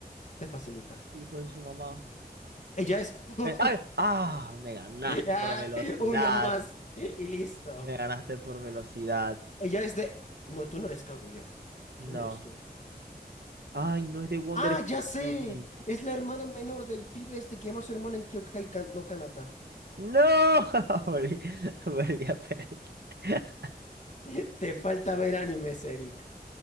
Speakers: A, on the left (about 45°); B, on the right (about 75°).
A: Te facilita.
B: Hijo de su mamá.
A: Ella es. <laughs>
B: Eh, ay, ah, me ganaste
A: Ah,
B: por velocidad.
A: Una más. Y listo.
B: Me ganaste por velocidad.
A: Ella es de... No, tú no eres Kaguya.
B: No.
A: ¿Quién eres tú?
B: Ay, no es de Wonder
A: Ah, ya sé.
B: Spirit.
A: Es la hermana menor del pibe este que llama a su hermana en Kyokai, Kan- no Kanata.
B: No, <laughs> volví, volví a perder. <laughs>
A: <laughs> Te falta ver animes, Eric.